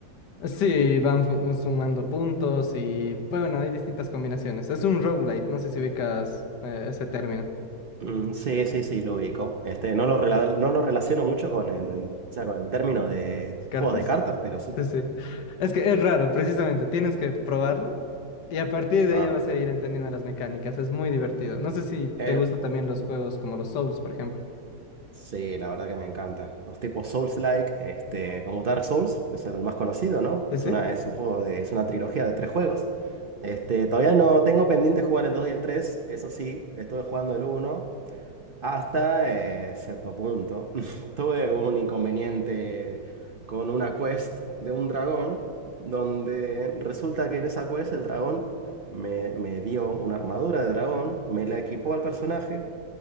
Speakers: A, on the left; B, on the right.
A: Sí, van fu- sumando puntos y, bueno, hay distintas combinaciones. Es un roguelite, no sé si ubicas eh, ese término.
B: Mm, sí, sí, sí, lo ubico. Este, no lo, rela- no lo relaciono mucho con el, o sea, con el término de
A: ¿Cartas?
B: juegos de cartas, pero sí.
A: Sí, sí. Es que es raro, precisamente. Tienes que probarlo y a partir de
B: Ajá.
A: ahí ya vas a ir entendiendo las mecánicas. Es muy divertido. No sé si
B: Eh,
A: te gustan también los juegos como los Souls, por ejemplo.
B: sí, la verdad que me encanta. Los tipos Souls-like, este, como Dark Souls, que es el más conocido, ¿no?
A: Sí,
B: Es
A: sí.
B: una, es un juego de, es una trilogía de tres juegos. Este, todavía no tengo pendiente jugar el 2 y el 3 eso sí, estuve jugando el uno hasta eh, cierto punto. <laughs> Tuve un inconveniente con una quest de un dragón, donde resulta que en esa quest el dragón me, me dio una armadura de dragón, me la equipó al personaje.